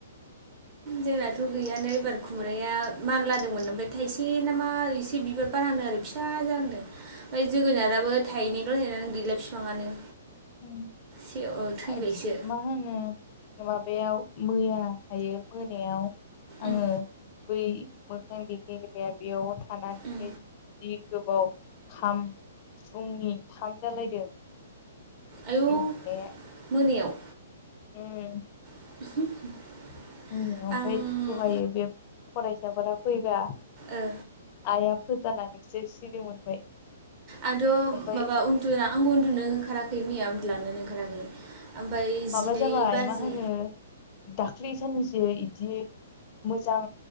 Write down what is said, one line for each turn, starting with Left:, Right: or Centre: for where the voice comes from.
Right: जोंनाथ' गैयानो एबार खुमब्राया मान लादोंमोन ओमफ्राय थाइसे नामा एसे बिबार बारहांदों आरो फिसा जाहांदों। फाय जोगोनाराबो थाहनैल' नेनानै गैला बिफाङानो
Left: <unintelligible>
Right: से ओ थैबायसो
Left: मा होनो माबायाव मैया हायो मोनायाव आंङो
Right: उम
Left: बै मोखां देखेग्राया बेयाव थानानैनो
Right: उम
Left: जि गोबाव खाम फुंनि थाम जालायदों
Right: आयौ
Left: उन्दुनाया
Right: मोनायाव
Left: उम
Right: <unintelligible>
Left: <unintelligible>
Right: आं
Left: बे फरायसाफोरा फैबा
Right: ओ
Left: आइआ फोजानानैसो सिरि मोनबाय।
Right: आंथ'
Left: ओमफ्राय
Right: <unintelligible> आंबो उन्दुनो ओंखाराखै मैया उन्दुलांनोनो ओंखाराखै। ओमफ्राय
Left: माबा
Right: जिनै
Left: जाबाय
Right: बाजि
Left: मा होनो दाख्लै साननैसो बिदि मोजां